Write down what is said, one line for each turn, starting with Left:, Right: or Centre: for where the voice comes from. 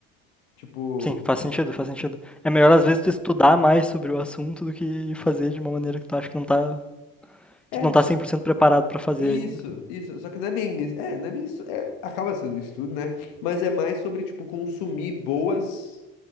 Left: Tipo,
Centre: Sim, faz sentido, faz sentido. É melhor
Left: pra-
Centre: às vezes tu estudar mais sobre o assunto do que fazer de uma maneira que tu acha que não tá,
Left: é
Centre: que não
Left: s-
Centre: tá 100% preparado pra fazer
Left: isso,
Centre: ainda.
Left: isso. Só que não é bem isso. É, não é bem isso. É, acaba sendo isso tudo, né? Mas é mais sobre, tipo, consumir boas,